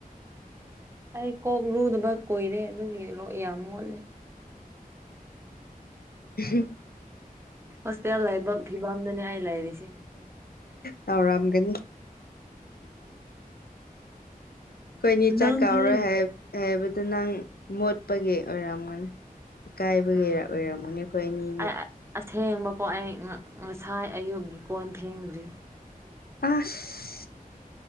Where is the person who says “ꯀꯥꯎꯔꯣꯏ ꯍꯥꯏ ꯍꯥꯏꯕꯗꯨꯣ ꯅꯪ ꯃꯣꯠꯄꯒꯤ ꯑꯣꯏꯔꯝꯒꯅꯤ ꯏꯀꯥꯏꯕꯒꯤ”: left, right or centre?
Left